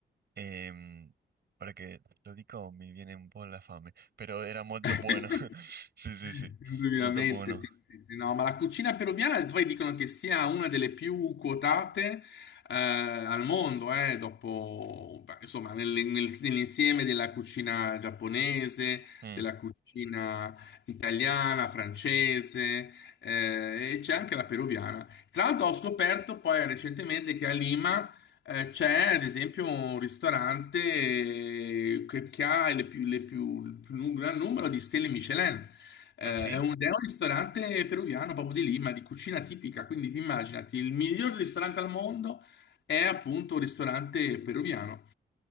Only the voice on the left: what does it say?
<laughs>
Indubbiamente,
sì, sì, sì, no, ma la cucina peruviana poi dicono che sia una delle più quotate eh, al mondo, eh, dopo, beh, insomma, nel- nel- nell'insieme della cucina giapponese,
della cucina italiana, francese, eh, e c'è anche la peruviana. Tra l'altro ho scoperto poi recentemente che a Lima eh, C'è ad esempio un ristorante eh, che, che ha le più- le più- il più nu- gran numero di stelle Michelin. Eh,
è un, è un ristorante peruviano proprio di Lima, di cucina tipica. Quindi immaginati, il miglior ristorante al mondo è appunto un ristorante peruviano.